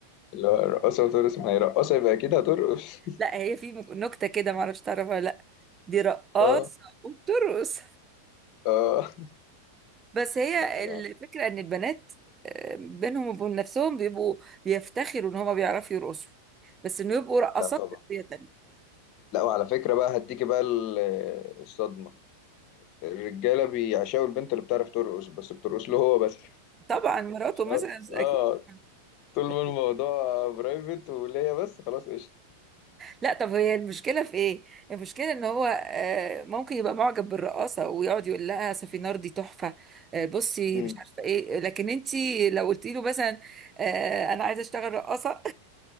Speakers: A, on the left; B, on the right.
A: لا رقاصه وترقص ما هي رقاصه يبقى كده هترقص <laughs>
B: لا هي في مك- نكتة كده معرفش تعرفها ولا لا دي رقاصة
A: اه
B: وبترقص
A: اه
B: بس هي
A: لا يعني
B: الفكرة ان البنات آه، بينهم وبين نفسهم بيبقوا بيفتخروا ان هما بيعرفوا يرقصوا بس انه يبقوا رقصات
A: لا طبعا
B: تربية
A: لا وعلى فكرة بقى هديكي بقى ال- الصدمة الرجالة بيعشقوا البنت اللي بتعرف ترقص بس بترقص له هو بس
B: طبعا مراته مثلا
A: فاهم؟
B: اكيد
A: اه طول ما
B: أكيد.
A: الموضوع برايفت وليا بس خلاص قشطة
B: لا طب هي المشكله في ايه المشكله ان هو آه، ممكن يبقى معجب بالرقاصه ويقعد يقول لها سفينار دي تحفه آه، بصي
A: مم.
B: مش عارفه ايه لكن انت لو قلتي له مثلا آه، انا عايزه اشتغل رقاصه